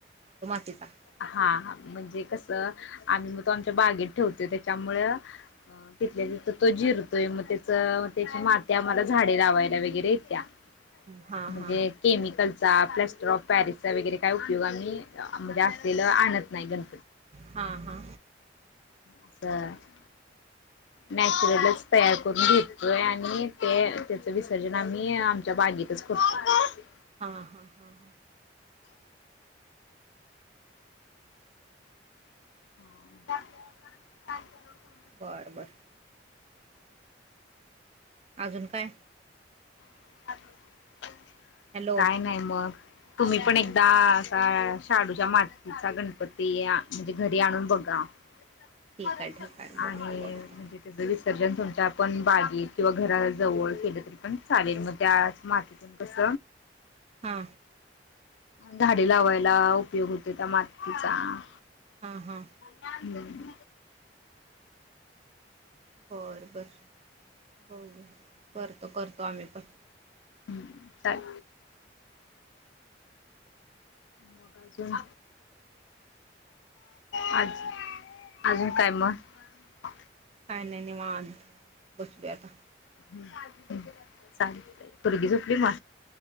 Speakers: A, on the right; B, on the left.
A: तीचा
B: हा हा म्हणजे कसं आम्ही मग तो आमच्या बागेत ठेवतोय त्याच्यामुळं तिथल्या तिथ तो जिरतोय मग त्याच त्याची माती आम्हाला झाडे लावायला वगैरे येत्या
A: हां
B: म्हणजे
A: हां
B: केमिकलचा प्लास्टर ऑफ पॅरिसचा वगैरे काय उपयोग आम्ही म्हणजे <unintelligible> आणत नाही गण
A: <inaudible> हा हा
B: अस नॅचरलच <unintelligible> तयार करून घेतोय आणि ते <unintelligible> त्याच विसर्जन आम्ही आमच्या बागेतच करतो
A: हां हां हां हां
B: <inaudible>
A: बरं बरं अजून काय?
B: <inaudible>
A: हॅलो
B: काय नाही? मग तुम्ही
A: हां
B: पण
A: हां
B: एकदा असा शाडूच्या मातीचा गणपती आ म्हणजे घरी आणून बघा
A: ठीक
B: <inaudible>
A: आहे ठीक आहे बघतो
B: आणि
A: बघतो
B: म्हणजे ते विसर्जन तुमच्या पण बागेत किंवा घरा जवळ केलं तरी पण चालेल मग त्याच मातीतून कस
A: हा
B: झाडे लावायला उपयोग होतोय त्या मातीचा
A: हां हां
B: <unintelligible>
A: होय बर होय. करतो करतो आम्ही पण
B: हम्म छान मग अजून आज अजून काय मग? <inaudible>
A: काय नाही निवांत बसलोय आता?
B: <inaudible> चालतंय पूर्गी झोपली म